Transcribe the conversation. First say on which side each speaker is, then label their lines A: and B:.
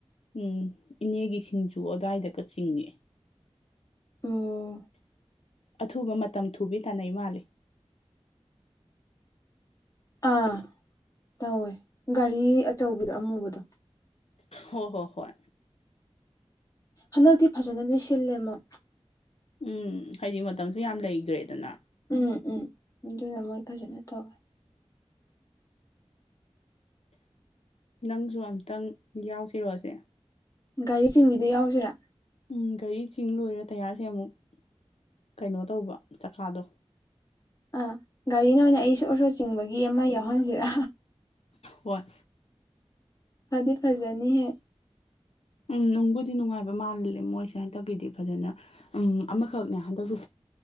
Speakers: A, on the left; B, on the left.
A: ꯎꯝ ꯏꯅꯦꯒꯤ ꯁꯤꯡꯖꯨ ꯑ꯭ꯋꯥꯏꯗ ꯀ ꯆꯤꯡꯉꯦ
B: ꯑꯣ
A: ꯑꯊꯨꯕ ꯃꯇꯝ ꯊꯨꯕꯤ ꯇꯥꯅꯩ ꯃꯥꯜꯂꯤ
B: ꯑꯥ ꯇꯧꯋꯦ ꯒꯥꯔꯤ ꯑꯆꯧꯕꯤꯗꯣ ꯑꯃꯨꯕꯗꯣ
A: ꯍꯣꯏ ꯍꯣꯏ ꯍꯣꯏ
B: ꯍꯟꯗꯛꯇꯤ ꯐꯖꯅꯗꯤ ꯁꯤꯜꯂꯦꯃ
A: ꯎꯝ ꯍꯥꯏꯗꯤ ꯃꯇꯝꯁꯨ ꯌꯥꯝ ꯂꯩꯇ꯭ꯔꯦꯗꯅ
B: ꯎꯝ ꯎꯝ ꯑꯗꯨꯅ ꯃꯣꯏ ꯐꯖꯅ ꯇꯧꯋꯦ
A: ꯅꯪꯁꯨ ꯑꯝꯇꯪ ꯌꯥꯎꯁꯤꯔꯣꯑꯁꯦ
B: ꯒꯥꯔꯤ ꯆꯤꯡꯕꯤꯗ ꯌꯥꯎꯁꯤꯔꯥ
A: ꯎꯝ ꯒꯥꯔꯤ ꯆꯤꯡ ꯂꯣꯏꯔ ꯇꯌꯥꯔꯁꯦ ꯑꯃꯨꯛ ꯀꯩꯅꯣ ꯇꯧꯕ ꯆꯀꯥꯗꯣ
B: ꯑ ꯒꯥꯔꯤꯅ ꯑꯣꯏꯅ ꯑꯩ ꯁꯣꯔ ꯁꯣꯔ ꯆꯤꯡꯕꯒꯤ ꯑꯃ ꯌꯥꯎꯍꯟꯖꯤꯔ
A: ꯍꯣꯏ
B: ꯐꯗꯤ ꯐꯖꯅꯤꯍꯦ
A: ꯎꯝ ꯅꯨꯡꯕꯨꯗꯤ ꯅꯨꯡꯉꯥꯏꯕ ꯃꯥꯜꯂꯦ ꯃꯣꯏꯁꯦ ꯍꯟꯇꯛꯀꯤꯗꯤ ꯐꯖꯅ ꯎꯝ ꯑꯃꯈꯛ ꯈꯛꯅꯦ ꯍꯟꯗꯛꯀꯤꯁꯨ